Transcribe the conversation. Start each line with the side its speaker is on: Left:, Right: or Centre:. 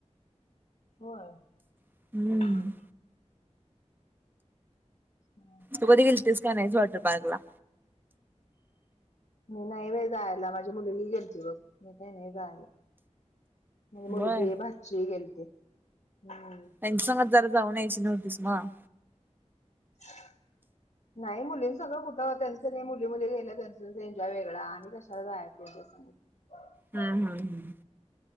Left: होय हम्
Right: हम्म
Left: हम. हम
Right: तू कधी गलतीस का नाहीस? वॉटर पार्कला.
Left: मी नाही जायला. माझी मुलगी गेलती बघ मी काही नाही जायला. ममाझी मुलगी
Right: व्हय
Left: भाची गेलते. हम्म
Right: त्यांच्या सांगतच जरा जाऊन यायची नव्हतीस मग.
Left: <inaudible> नाही मुलींनी संग कुठं. त्यांच त्यांनी मुली मुली गेल्या त्यांच एन्जॉय वेगळा आणि कशा जायच त्यांच्या संग. <inaudible>
Right: हम हम हम्